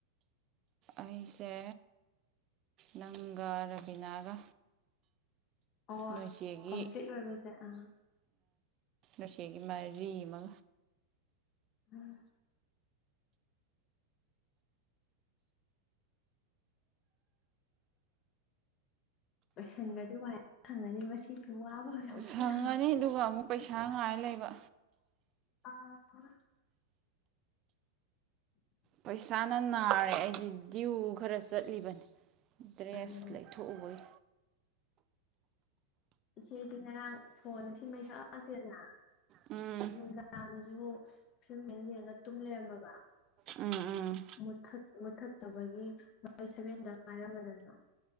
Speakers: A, on the right (about 35°); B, on the left (about 40°).
A: ꯑꯩꯁꯦ ꯅꯪꯒ ꯔꯕꯤꯅꯥꯒ
B: ꯑꯣ
A: ꯅꯣꯏꯆꯦꯒꯤ
B: ꯀꯝꯄ꯭ꯂꯤꯠ ꯑꯣꯏꯕꯁꯦ ꯑꯥ
A: ꯉꯁꯤꯒꯤ ꯃꯥꯏꯔꯤ ꯑꯃ
B: ꯎꯝ <unintelligible> ꯂꯣꯏꯁꯟꯒꯔꯗꯤ ꯋꯥꯏ ꯑꯃ ꯁꯪꯉꯅꯤ ꯃꯁꯤꯁꯨ ꯋꯥꯕ ꯌꯥꯎꯁꯜꯂꯛꯑꯕ
A: ꯁꯪꯉꯅꯤ ꯑꯗꯨꯒ ꯑꯃꯨꯛ ꯄꯩꯁꯥ ꯉꯥꯏ ꯂꯩꯕ
B: ꯑ
A: ꯄꯩꯁꯥꯅ ꯅꯥꯔꯦ ꯑꯩꯗꯤ ꯗꯤꯨ ꯈꯔ ꯆꯠꯂꯤꯕꯅꯤ ꯗ꯭ꯔꯦꯁ
B: ꯑꯗꯨꯅꯦ
A: ꯂꯩꯊꯣꯛꯑꯣꯕꯩ
B: ꯏꯆꯦꯗꯤ ꯉꯔꯥꯡ ꯁꯣꯟꯅ ꯁꯤꯃꯩ ꯆꯥꯁꯤꯦꯗꯅ
A: ꯎꯝ
B: ꯃꯗꯥꯥꯡ ꯑꯗꯨꯕꯨ ꯐꯤꯂꯝꯗ ꯌꯦꯡꯉꯒ ꯇꯨꯝ ꯂꯩꯔꯝꯃꯕ
A: ꯎꯝ ꯎꯝ
B: ꯃꯨꯊꯠ ꯃꯨꯠꯊꯠꯇꯕꯒꯤ ꯃꯥ ꯁꯦꯚꯦꯟꯗ ꯉꯥꯏꯔꯝꯃꯗꯅ